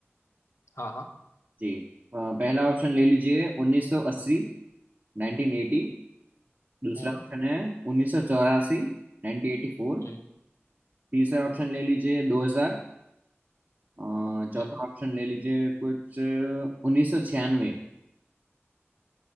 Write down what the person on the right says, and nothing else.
जी अ, पहला ऑप्शन ले लीजिए 1980 1980 दूसरा
ऑप्शन है 1984 1984
तीसरा ऑप्शन ले लीजिए 2000 अ, चौथा
ऑप्शन ले लीजिए कुछ उन्नीस सौ छियानवे